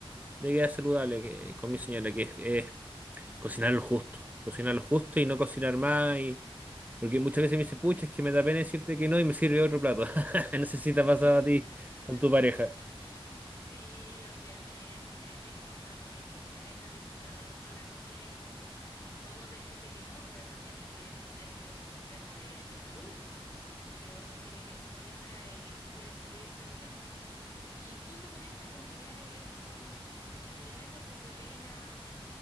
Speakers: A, on the right (about 15°); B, on the left (about 30°).
A: de vida saludable que, con mi señora, que es, es cocinar lo justo, cocinar lo justo y no cocinar más, y, porque muchas veces me dice, pucha, es que me da pena decirte que no y me sirve otro plato. <laughs> No sé si te ha pasado
B: <laughs>
A: a ti con tu pareja.
B: Sí, obviamente. Es que cuando veis que tu pareja disfruta tanto la comida, es como, ¿cómo decirle que no? Pero también hay que entender que es por un tema de, de salud, que uno quiere que su pareja y sus seres queridos estén bien. Y junto con esto, acompañar estos mm, alimentos con proteínas